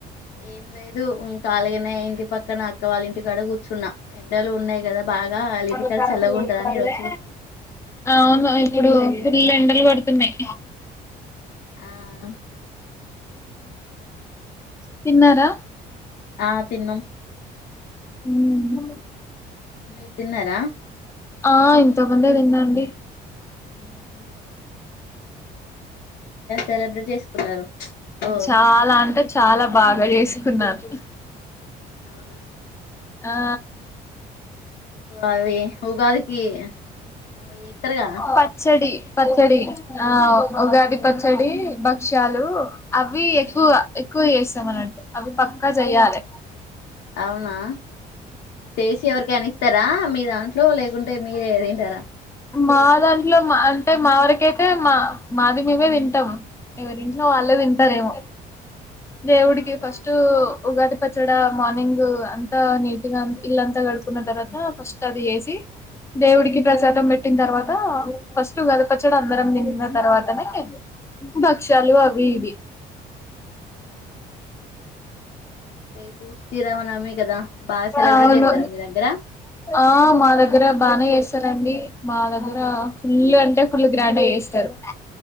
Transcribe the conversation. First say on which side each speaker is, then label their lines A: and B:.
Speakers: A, on the left; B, on the left.
A: ఏం లేదు మ్మ్ కాలి గానే ఇంటి పక్కన అక్క వాళ్ళ ఇంటికాడ కూర్చున్నా ఎండలు ఉన్నాయి కదా బాగా వాళ్ళ
B: వాళ్ళు
A: ఇంటికాడ
B: కారపూస
A: చల్లగా
B: చెత్తంటే
A: ఉంటదని ఈడ వచ్చి కూర్చున్నా
B: అవును ఇప్పుడు ఫుల్ ఎండలు కొడుతున్నాయి
A: మ్మ్
B: తిన్నారా
A: ఆ తిన్నం
B: మ్మ్
A: మీరు తిన్నారా
B: ఆ ఇంతకముందే తిన్నా అండి
A: హ్మ్ హు సెలబ్రేట్ చేసుకున్నారు ఓ
B: చాలా అంటే చాలా బాగా ఏసుకున్నారు
A: ఆ
B: ఆ
A: అవి ఉగాదికి ఏమో చేస్తారుగా
B: పచ్చడి పచ్చడి ఆవ్ ఉగాది పచ్చడి భక్ష్యాలు అవి
A: ఆ,
B: ఎక్కువగా ఎక్కువ చేస్ త్తం <unintelligible> అవి పక్కా చెయాలి
A: అవునా చేసి ఎవరికైనా ఇత్తార మీ దాంట్లో లేకుంటే మీరే తింటారా
B: మా దాంట్లో మా అంటే మా వరకయితే మా మాది మేమే తింటాం ఎవరింట్లో వాళ్ళే
A: అవునా
B: తింటారేమో దేవుడికి
A: అవునా
B: ఫస్ట్ ఉగాది పచ్చడా మార్నింగ్ అంతా నీటిగా ఇళ్లు అంత గడుకున్న తర్వాత ఫస్ట్ అది ఏసి కి దేవుడికి
A: ఉమ్,
B: ప్రసాదం పెట్టి ట్టిన తర్వాత ఫస్ట్ గద పచ్చడి అందరం తిన్న తర్వాతనే బక్షాలు అవి ఇవి
A: అవునా రేపు శ్రీరామనవమి కదా బాగా సెలబ్రేట్
B: అవును
A: చేత్తరా మీ దగ్గర
B: ఆ మా దగ్ దగ్గర బానే చేస్తారండి మా దగ్గర ఫుల్ గంటే ఫుల్ గ్రాండ్ గా చేస్తారు